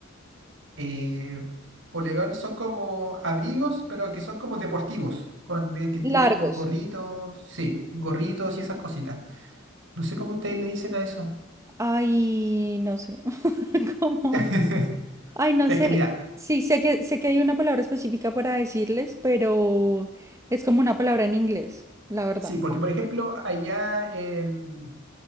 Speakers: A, on the right; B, on the right.
A: eh, polerones son como abrigos, pero que son como deportivos, con eh, que tienen
B: largos.
A: gorritos, sí, gorritos y esas cositas. No sé cómo ustedes le dicen a eso.
B: Ay, no sé, <laughs> cómo.
A: <laughs>
B: Ay, no
A: Es
B: sé.
A: que mira,
B: Sí, sé que sé que hay una palabra específica para decirles, pero es como una palabra en inglés, la verdad.
A: sí, porque por ejemplo, allá en,